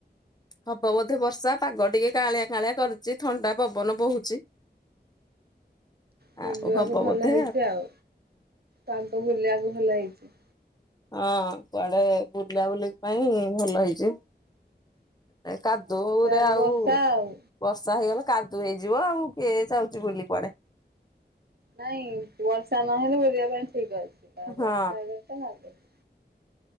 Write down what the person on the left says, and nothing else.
ହବ ବୋଧେ ବର୍ଷା ପାଗ ଟିକେ କାଁଳିଆ କାଁଳିଆ କରୁଛି ଥଣ୍ଡା ପବନ ବହୁଚି। <unintelligible>
ଆଉ ହବ
ବୋଧେ
ହଁ କୁଆଡେ ବୁଲାବୁଲି ପାଇଁ ଭଲ ହେଇଛି। ଏଇ କାଦୁଅରେ
ଆଉ
ବର୍ଷା ହେଇଗଲେ କାଦୁଅ ହେଇଯିବ ଆଉ, କିଏ ଯାଉଛି ବୁଲି କୁଆଡେ।
ହଁ